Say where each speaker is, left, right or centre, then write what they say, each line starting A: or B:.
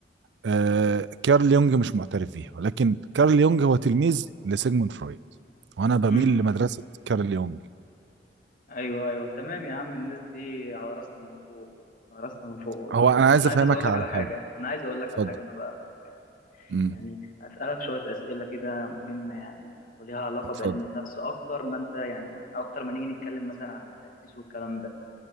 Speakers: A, on the right; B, on the left.
A: آه، كارل يونج مش معترف بيها ولكن كارل يونج هو تلميذ لسيجموند فرويد وأنا
B: مم.
A: بميل لمدرسة كارل يونج
B: ايوه ايوه تمام يا عم الناس دي على راسنا من فوق على راسنا من فوق والله
A: هو أنا
B: بس
A: عايز
B: انا
A: أفهمك
B: عايز اسالك
A: على
B: على حاجه
A: حاجة
B: انا عايز اقول لك
A: اتفضل
B: على حاجه انا بقى برضه يعني
A: امم
B: يعني اسالك شويه اسئله كده مهمه يعني وليها علاقه
A: اتفضل
B: بعلم النفس اكتر ما انت يعني اكتر ما نيجي نتكلم مثلا عن التاسيس والكلام ده